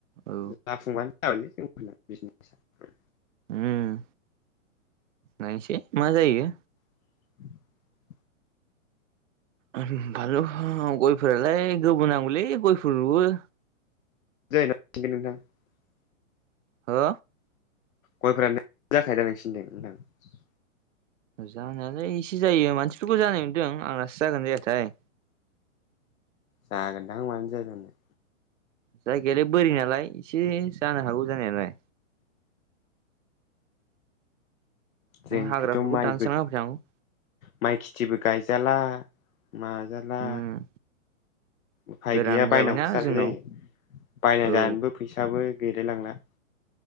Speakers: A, on the right; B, on the left.
A: औ
B: जाफुंबानो <unintelligible> ों बिजने <unintelligible>
A: ओम नायसै मा जायो?
B: <unintelligible>
A: ओम बालु गयफोरालाय गोबोनांगौलै गयफोर राबो।
B: <unintelligible>
A: हा
B: गयफोराानो जाखायोदा नोंसिनिथिं नोंथां।
A: जानायालाय एसे जायो मानसिफोरखौ जानाय नुदों आंनासो जागोना जायाथाय?
B: जागोनदां मानो जायाजानो।
A: जायगायालाय बोरि नालाय एसे जानो हागौ जानायालाय।
B: जोंखैथ'
A: हाग्राफोरखौ
B: माइबो
A: दानस्रां ना होबाय थानांगौ।
B: माइ खेथिबो गायजाला माजाला।
A: उम
B: उफाय
A: गोरान
B: गैया बायनांगौसो
A: जाबायना
B: जानाय
A: जोंनाव
B: जायो बायनानै
A: औ
B: जानोबो फैसाबो। गैलायलांना।